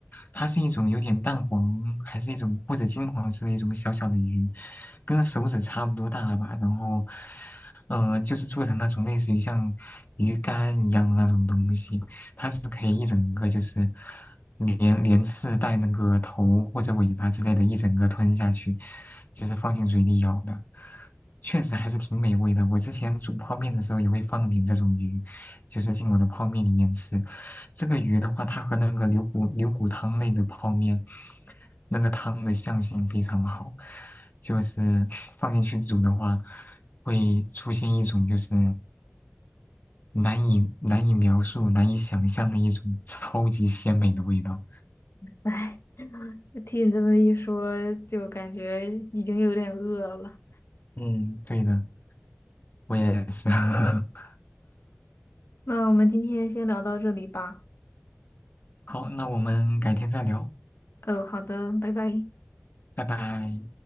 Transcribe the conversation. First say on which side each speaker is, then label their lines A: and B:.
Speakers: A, on the left; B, on the left.
A: 它是一种有点淡黄，还是一种或者金黄色的一种小小的鱼，跟手指差不多大吧。然后，呃，就是做成那种类似于像鱼干一样的那种东西，它是可以一整个就是连连刺带那个头或者尾巴之类的，一整个吞下去，就是放进嘴里咬的。确实还是挺美味的。我之前煮泡面的时候也会放点这种鱼，就是进我的泡面里面吃。这个鱼的话，它和那个牛骨牛骨汤类的泡面，那个汤的相性非常好，就是 <laughs> 放进去煮的话，会出现一种就是难以难以描述、难以想象的一种超级鲜美的味道。
B: 哎，听你这么一说，就感觉已经有点饿了。
A: 嗯，对的，我也是。<laughs>
B: 那我们今天先聊到这里吧。
A: 好，那我们改天再聊，
B: 哦，好的，拜拜。
A: 拜拜。